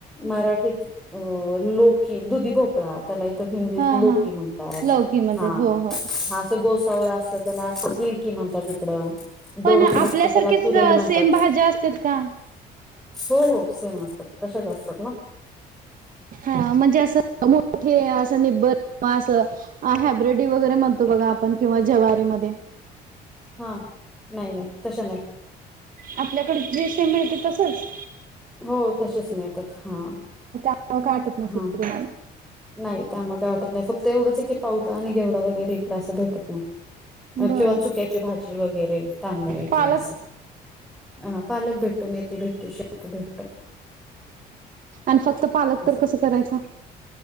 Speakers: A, in the centre; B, on the right.
A: मराठीत अ लोकी, दुधी भोपळा. त्याला इथ हिंदीत
B: हा
A: लोकी
B: हा
A: म्हणतात.
B: लौकी म्हणतात
A: हा
B: हो हो
A: हा असं गोस वळा असतो त्याला, अस हील्की म्हणतात. इकडं
B: पण
A: दोडका
B: आपल्यासारखेच
A: असतो त्याला तुरई म्हणतात.
B: सेम भाज्या असतात का?
A: हो हो. सेम असतात. तशाच असतात ना.
B: हा म्हणजे, असं मोठे, असं निब्बर असं हॅब्रेडी वगैरे म्हणतो बघा आपण. किंवा जवारीमध्ये.
A: हा. नाही नाही तश्या नाही.
B: आपल्याकडं जे सेम मिळतंय तसंच?
A: हो, तसेच मिळतात हा.
B: <unintelligible>
A: हा नाही. त्यामुळं काही वाटत नाही. फक्त एवढंच आहे की पावटा आणि घेवडा वगैरे इकडं असं भेटत नाही.
B: बर
A: किंवा चुक्याची भाजी वगैरे, तांदळाची
B: पालक
A: असं. हा पालक भेटतो. मेथी भेटते. शेपु भेटतो.
B: अन् फक्त पालक
A: असं
B: तर कसा करायचा?